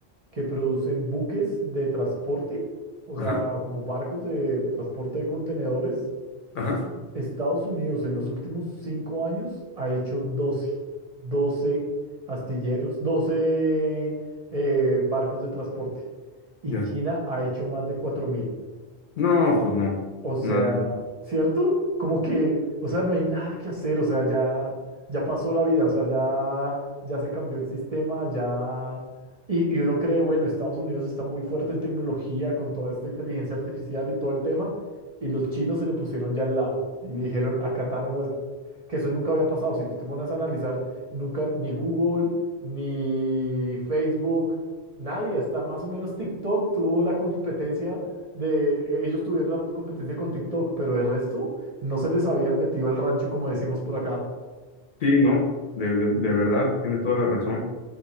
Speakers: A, on the right; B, on the left.
A: que producen buques de transporte, o
B: ajá,
A: sea, como barcos de, de transporte de contenedores,
B: ajá,
A: Estados Unidos en los últimos cinco años ha hecho 12, 12 astilleros, 12 eh, barcos de transporte y
B: ya.
A: China ha hecho más de 4.000.
B: No, pues no,
A: O sea,
B: nada,
A: ¿cierto? Como que, o sea, no hay nada que hacer, o sea, ya, ya pasó la vida, o sea, ya, ya se cambió el sistema, ya... Y, y uno cree, bueno, Estados Unidos está muy fuerte en tecnología con toda esta inteligencia artificial y todo el tema, y los chinos se le pusieron ya al lado y le dijeron, acá tenemos, que eso nunca había pasado, si tú te pones a analizar, nunca, ni Google, ni Facebook, nadie, hasta más o menos TikTok tuvo la competencia de eh, ellos tuvieron la competencia con TikTok, pero de resto no se les habían metido al rancho como decimos por acá.
B: sí, no, de, de, de verdad, tienes toda la razón.